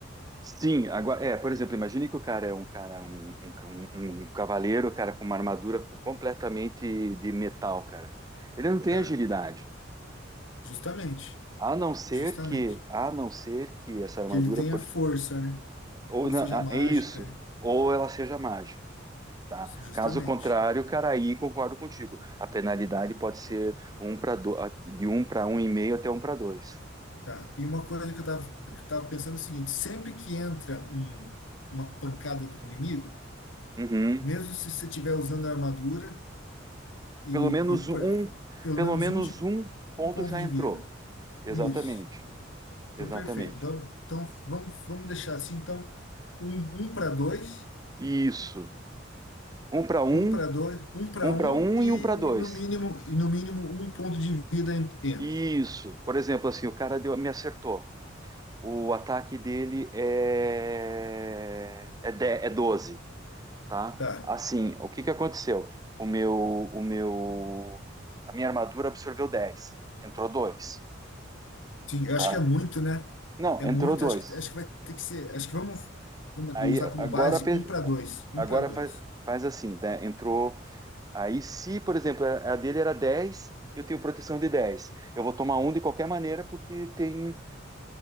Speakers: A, on the right (about 20°); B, on the left (about 75°).
A: Sim, agora, é, por exemplo, imagine que o cara é um cara, um, um, um- um cavaleiro, cara, com uma armadura completamente de metal, cara. Ele não tem
B: Tá,
A: agilidade,
B: justamente,
A: a não ser
B: justamente.
A: que, a não ser que essa armadura,
B: Que ele tenha
A: por-
B: força, né?
A: ou
B: Ou
A: não,
B: seja,
A: ah,
B: mágica,
A: é isso,
B: né?
A: ou ela seja mágica, tá?
B: Justamente.
A: Caso contrário, cara, aí concordo contigo. A penalidade pode ser um para do... de um para um e meio até um para dois.
B: Tá. E uma coisa que eu tava, eu tava pensando é o seguinte, sempre que entra um, uma pancada do inimigo,
A: Uhum.
B: mesmo se você estiver usando a armadura e,
A: Pelo menos
B: e
A: um,
B: por- pelo
A: pelo
B: menos
A: menos
B: um, de,
A: um ponto
B: um ponto
A: já
B: de
A: entrou.
B: vida.
A: Exatamente.
B: Isso. Então,
A: Exatamente.
B: perfeito. Então, então vamos, vamos deixar assim, então, um, um para dois,
A: Isso. Um para um,
B: um para dois, um para
A: um
B: um
A: para um
B: e
A: e um para dois.
B: no mínimo, e no mínimo um ponto de vida en- entra.
A: Isso. Por exemplo, assim, o cara deu- me acertou. O ataque dele é é, de, é doze tá?
B: Tá.
A: Assim, o que que aconteceu? O meu, o meu, a minha armadura absorveu dez Entrou dois,
B: Sim, eu
A: tá?
B: acho que é muito, né?
A: Não,
B: É
A: entrou
B: muito,
A: dois.
B: acho que, acho que vai ter que ser. Acho que vamos como-
A: Aí
B: usar como
A: agora
B: base
A: pe-
B: um para dois. Um
A: agora
B: para dois.
A: faz, faz assim, né? Entrou Aí, se, por exemplo, a a dele era 10, eu tenho proteção de 10. Eu vou tomar um de qualquer maneira, porque tem